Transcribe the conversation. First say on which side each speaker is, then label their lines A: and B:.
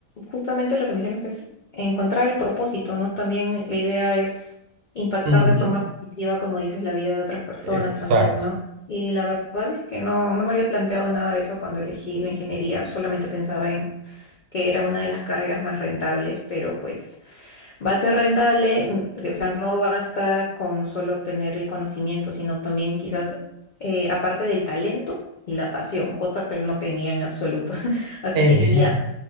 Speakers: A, on the left; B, on the right.
A: justamente lo que mencionas es encontrar el propósito, ¿no? También la idea es impactar
B: Ujú.
A: de forma positiva, como dices, la vida de otras personas
B: Exacto.
A: también, ¿no? Y la verdad es que no, no me había planteado nada de eso cuando elegí la ingeniería, solamente pensaba en que era una de las carreras más rentables, pero pues va a ser rentable, mm, o sea, no basta con solo tener el conocimiento, sino también quizás, eh, aparte del talento y la pasión, cosa que no tenía en absoluto. <laughs> Así
B: Eh,
A: que vivía